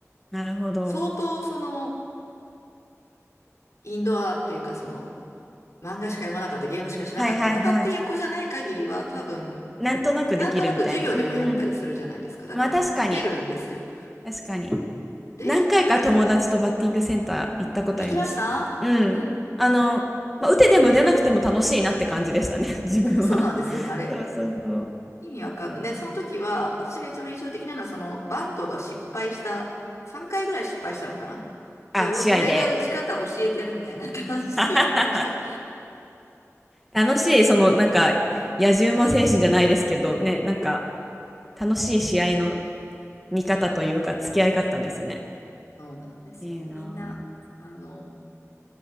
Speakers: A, in the centre; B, on the left.
A: なるほど。
B: 相当、その、インドアっていうか、その、漫画しか読まなかった、ゲームしかしなかったとかっていう子じゃない限りは、
A: はいはいはい。
B: 多分、
A: なんとなくできるみたいな。
B: なんとなく授業でもやったりするじゃないですか。
A: うん。
B: だから、
A: まあ確かに。
B: 打ってるんですよ。
A: 確かに。
B: で、
A: 何回か友達とバッティングセンター行ったことあります。
B: 行きました
A: うん。
B: <laughs>
A: あの、まあ、打てても出なくても楽しいなって感じでしたね、<laughs> 自分は。
B: そうなんですよね、あれ。
A: そうそうそう。
B: 意味わかんない。で、その時は、私が一番印象的なのは、その、バントが失敗した、3回ぐらい失敗したのかな
A: あ、
B: で、お、
A: 試合で。
B: 俺が打ち方教えてやるみたいな感じでやってましたよ。
A: <laughs> 楽しい、その、なんか、野じ馬精神じゃないですけど、ね、なんか、楽しい試合の見方というか、付き合い方ですね。
B: そうなんですよ。
A: いいなぁ。
B: みんな、あの、